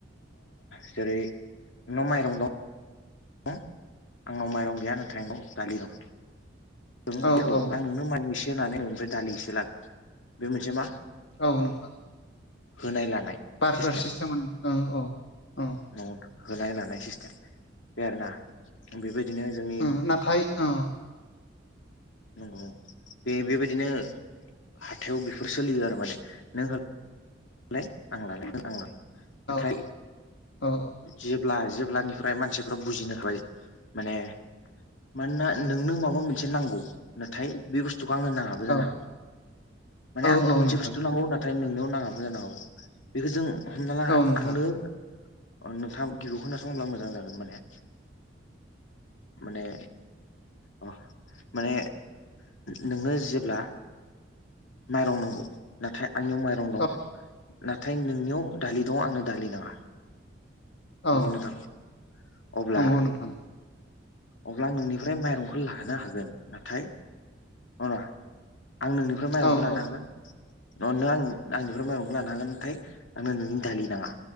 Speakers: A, on the left; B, on the left.
A: जेरै नोंनाव माइरं दं। बा आंनाव माइरं गैया नाथाय आंनाव दालि दं नों
B: औ
A: बेखौ।
B: औ
A: नों माय इसे होनानै ननिफ्राय दालि एसे लागोन बे मोनसे मा?
B: औ नंगौ
A: होनाय लानाय
B: बार्टार
A: सिस्टेम
B: सिस्टेमाव ओ औ औ।
A: ओ- होनाय लानाय सिस्टेम। बे आरोना बेबायदिनो जोंनि
B: ओ-नाथाइ ओ
A: नंगौ नंगौ बे बेबायदिनो हाथायाव बेफोर सोलियो आरो माने नों नालाय आं लालायगोन आंलाय नाथाय
B: औ औ
A: जेब्ला जेब्लानिफ्राय मानसिफ्रा बुजिनो हाबाय माने। मानोना नोंनो माबा मोनसे नांगौ नाथाय बे बुस्थुखौ आंनो नाङा। बो जानो
B: औ
A: हागौ।
B: औ
A: आंनो
B: औ
A: मोनसे
B: नोंथां
A: बुस्थु नांगौ। ओ नोंनियाव नाङाबो जानो हागौ बेखौ जों हमना ला
B: औ नोंथां
A: आंनो ओ-नोंथाङा गिबियाव खोनासंब्ला मोजां जागोन माने माने। अ माने नोंनो जेब्ला माइरं नांगौ। नाथाय आंनियाव माइरं दं
B: औ
A: नाथाय नोंनियाव दालि दं आंनो दालि नाङा। नंगौ
B: औ
A: नोंथां अब्ला-
B: नंगौ नोंथां
A: अब्ला आं नोंनिफ्राय माइरंखौ लाहोनो हागोन नाथाय नङा नङा आं नोंनिफ्राय माइरंखौ
B: औ
A: लानो
B: औ
A: हागोन न-ओ-आं आंनि <unintelligible> माइरंखौ लानो हागोन नाथाय आंनो नोंनि दालि नाङा।